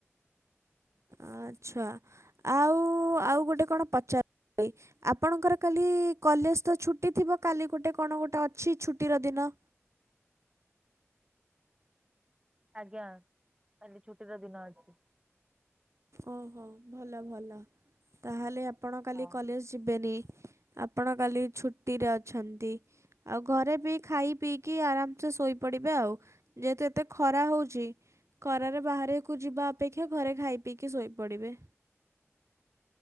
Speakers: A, on the right; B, on the right.
A: ଆଚ୍ଛା ଆଉ ଆଉ ଗୋଟେ କଣ ପଚା <inaudible> ବି। ଆପଣଙ୍କର କାଲି କଲେଜ ତ ଛୁଟି ଥିବ କାଲି ଗୋଟେ କଣ ଗୋଟେ ଅଛି ଛୁଟିର ଦିନ।
B: ଆଜ୍ଞା କାଲି ଛୁଟିର ଦିନ ଅଛି।
A: ଓହୋ ଭଲ ଭଲ ତାହେଲେ ଆପ ଆପଣ କାଲି
B: ହଁ।
A: କଲେଜ ଯିବେନି ଆପଣ କାଲି ଛୁଟିରେ ଅଛନ୍ତି। ଆଉ ଘରେ ବି ଖାଇ ପିଇକି ଆରାମସେ ଶୋଇ ପଡିବେ ଆଉ ଯେହେତୁ, ଏତେ ଖରା ହଉଛି, ଖରାରେ ବାହାର୍ ଏକୁ ଯିବା ଅପେକ୍ଷା ଘରେ ଖାଇ ପିଇକି ଶୋଇପଡିବେ।